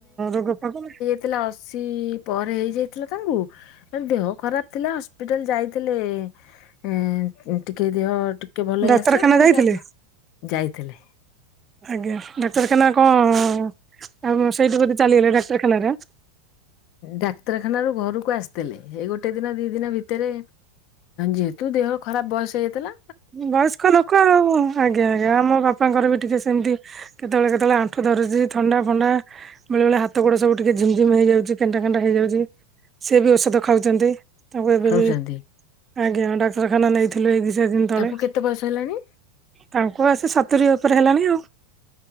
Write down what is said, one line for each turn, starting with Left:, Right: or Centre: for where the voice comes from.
Right: ରୋଗ ଫଗୋ।
Left: ଥିଲା ଅଶୀ ପରେ ହେଇଯାଇଥିଲା ତାଙ୍କୁ। ଦେହ ଖରାପ ଥିଲା ହସ୍ପିଟାଲ ଯାଇଥିଲେ ଏ ଟିକେ ଦେହ। ଟିକେ ଭଲ
Right: ଡାକ୍ତରଖାନା
Left: ହେଇ ଆସିଲା ପୁଣି
Right: ଯାଇଥିଲେ?
Left: ତ ଯାଇଥିଲେ।
Right: ଆଜ୍ଞା ଡାକ୍ତରଖାନା କ ଆଉ ସେଇଠୁ କି ଚାଲିଗଲା ଡାକ୍ତରଖାନାରେ?
Left: ଡାକ୍ତରଖାନ ରୁ ଘରକୁ ଆସିଥିଲେ ଏଇ ଗୋଟେ ଦିନ ଦି ଦିନ ଭିତରେ। ଯେହେତୁ ଦେହର ଖରାପ ବୟସ ହେଇଥିଲା।
Right: ବୟସ୍କ ଲୋକ ଆଉ। ଆଜ୍ଞା ଆଜ୍ଞା ଆମ ବାପାଙ୍କର ବି ଟିକିଏ ସେମିତି କେତେବେଳେ କେତେବେଳେ ଆଣ୍ଠୁ ଧରିଛି ଥଣ୍ଡା ଫଣ୍ଡା। ବେଳେ ବେଳେ ହାତ ଗୋଡ ସବୁ ଟିକେ ଝିମ୍ ଝିମ୍ ହେଇଯାଉଛି କେଣ୍ଟା କେଣ୍ଟା ହେଇଯାଉଛି ସିଏ ବି ଔଷଧ ଖାଉଛନ୍ତି। ତାଙ୍କୁ ଏବେ
Left: ଖାଉଛନ୍ତି
Right: ବି ଆଜ୍ଞା ଡାକ୍ତରଖାନା ନେଇଥିଲୁ ଏଇ ଦି ଚାର ଦିନି ତଳେ।
Left: ତାଙ୍କୁ କେତେ ବୟସ ହେଲାଣି
Right: ତାଙ୍କୁ ଆସି ସତୁରି ଉପରେ ହେଲାଣି ଆଉ।